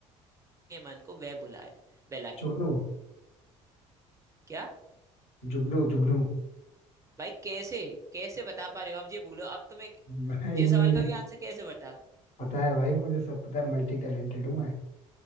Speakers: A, on the right (about 20°); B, on the left (about 55°).
A: के मन को वह बुलाए बहलाए
B: जुगनू
A: क्या
B: जुगनू जुगनू
A: भाई कैसे कैसे बता पा रहे हो अब ये बोलो अब तुम्हें
B: भाई
A: ये सवाल का भी आंसर कैसे बता
B: पता है भाई मुझे सब पता है मल्टी टैलेंटेड हूँ मैं